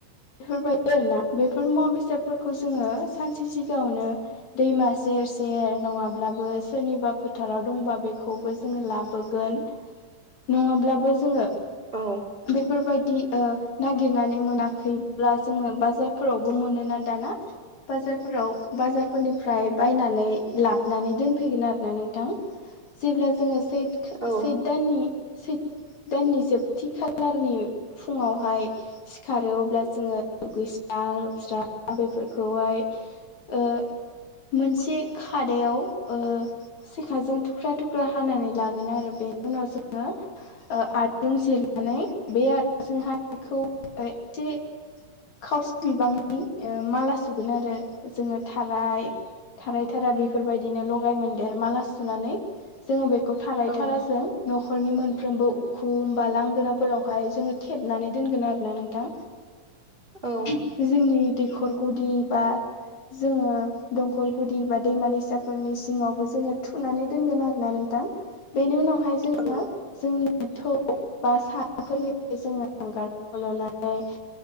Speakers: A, on the left (about 60°); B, on the right (about 20°).
A: बेफोरबायदि आरो ना बेफोर मुवा बेसादफोरखौ जोङो सानसे सिगाङावनो दैमा सेर सेर नङाब्लाबो सोरनिबा फोथाराव दंबा बेखौबो जोङो लाबो गोन नङाब्लाबो जोङो
B: औ
A: बेफोरबायदि ओ नागिरनानै मोनाखैब्ला जोङो बाजारफोरावबो मोनोना दाना। बाजारफोराव बाजारफोरनिफ्राय बायनानै लाबनानै दोनफैगोन आरोना नोंथां। जेब्ला जोङो सैथ
B: औ
A: सैथ दाननि सैथ दाननि जोबथि खालारनि फुङावहाय सिखारो अब्ला जोङो दुगैस्रां लोबस्रां बेफोरखौहाय ओ मोनसे खादायाव ओ सेखाजों थुख्रा थुख्रा हानानै ला गोन आरो बे उनाव जोङो ओ आदुं से होन्नानै बे आर जोंहा खौ एथे खावसे बिबांनि माला सुगोन आरो जोङो थाराय, थाराय थारा बेफोरबायदिनो लगायमोनदेर माला सुनानै जोङो बेखौ थाराय
B: औ
A: थाराजों नखरनि मोनफ्रोमबो उखुम बा लांगोनाफोरावहाय जोङो थेबनानै दोनगोन आरो ना नोंथां।
B: औ।
A: जोंनि दैखर गुदि बा जोङो दंखल गुदि बा दैमा दैसाफोरनि सिङावबो जोङो थुनानै दोनगोन आरोना नोंथां। बेनि उनावहाय जो
B: <unintelligible>
A: जोंनि थौ बा सारायफोरनिफ्राय जोङो हांगारखौ लानानै